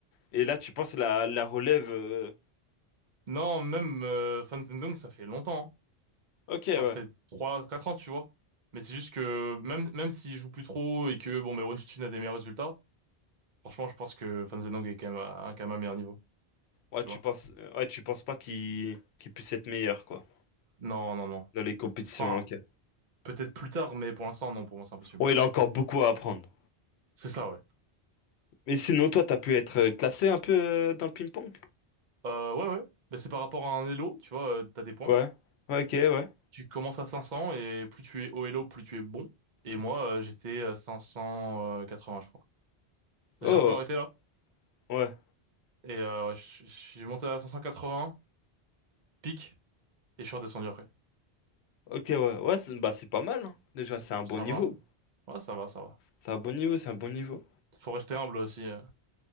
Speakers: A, on the left; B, on the right.
A: Et là, tu penses la, la relève. euh,
B: Non, même euh, Fan Zhendong, ça fait longtemps. hein.
A: Ok, ouais.
B: Enfin, ça fait trois quatre ans, tu vois. Mais c'est juste que même, même s'il joue plus trop et que bon, mais Wonchuchin a des meilleurs résultats, franchement, je pense que Fan Zhendong est quand même à, à quand même à un meilleur niveau,
A: Ouais,
B: tu
A: tu
B: vois.
A: penses, euh, ouais, tu penses pas qu'il qu'il puisse être meilleur, quoi,
B: Non, non, non.
A: dans les compétitions,
B: Enfin,
A: ok.
B: peut-être plus tard, mais pour l'instant, non, pour moi, c'est impossible.
A: Ouais, il a encore beaucoup à apprendre.
B: C'est ça, ouais.
A: Mais sinon, toi, t'as pu être classé un peu euh, dans le ping-pong?
B: Euh, ouais, ouais. Bah, c'est par rapport à un Elo, tu vois, euh, t'as des points.
A: Ouais. Ouais, ok, ouais.
B: Tu commences à 500 et plus tu es au Elo, plus tu es bon. Et moi,
A: Ok.
B: euh, j'étais à 580, je crois. J'ai
A: Oh,
B: un peu arrêté là.
A: ouais.
B: Et euh, ouais, je je suis monté à 580, pic, et je suis redescendu après.
A: Ok, ouais, ouais, c'est bah, c'est pas mal, hein. Déjà, c'est un bon
B: Ça
A: niveau.
B: va? Ouais, ça va, ça va.
A: C'est un bon niveau, c'est un bon niveau.
B: Faut rester humble aussi. euh.